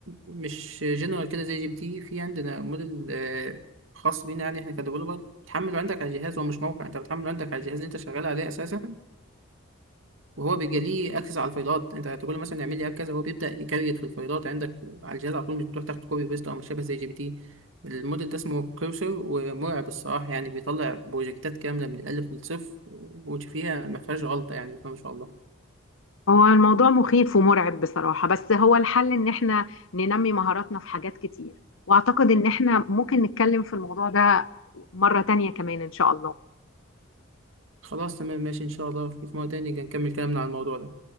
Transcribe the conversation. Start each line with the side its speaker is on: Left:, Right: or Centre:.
Right: مش جنرال كده زي جي بي تي في عندنا موديل آه، خاص بينا يعني احنا كديفلوبر بتحمله عندك على الجهاز هو مش موقع انت بتحمله عندك على الجهاز اللي انت شغال عليه اساسا وهو بيبقى ليه اكسس على الفايلات انت تقول له مثلا اعمل لي اب كذا هو بيبدا يكريت في الفايلات عندك على الجهاز على طول مش بتروح تاخد كوبي بيست او مش شبه زي جي بي تي الموديل ده اسمه كروسر ومرعب الصراحه يعني بيطلع بروجكتات كامله من الالف للصفر وفيها ما فيهاش غلطه يعني بسم الله ما شاء الله
Left: هو الموضوع مخيف ومرعب بصراحه بس هو الحل ان احنا ننمي مهاراتنا في حاجات كتير واعتقد ان احنا ممكن نتكلم في الموضوع ده مره تانية كمان ان شاء الله
Right: خلاص تمام ماشي إن شاء الله في في مرة تاني نبقى نكمل كلامنا على الموضوع ده